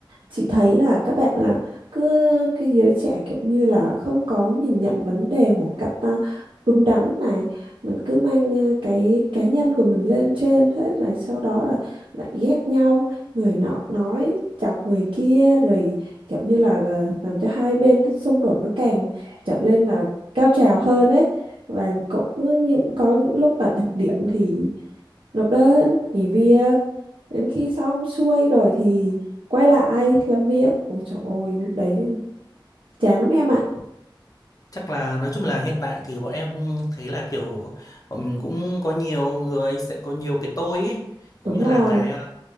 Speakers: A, on the right; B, on the left.
A: chị thấy là các bạn là cứ cái giới trẻ kiểu như là không có nhìn nhận vấn đề một cách à, đúng đắn này mình cứ mang à, cái cá nhân của mình lên trên hết rồi sau đó là lại ghét nhau người nọ nói chọc người kia rồi kiểu như là à, làm cho hai bên cái xung đột nó càng trở lên là cao trào hơn ấy và cũng có những có những lúc là đỉnh điểm thì nộp đơn nghỉ việc đến khi xong xuôi rồi thì quay lại làm việc ôi trời ơi lúc đấy chán lắm em ạ
B: Chắc là nói chung là hiện tại thì bọn em thấy là kiểu bọn mình cũng có nhiều người sẽ có nhiều cái tôi ấy, cũng
A: đúng
B: như
A: rồi
B: là cái ờ,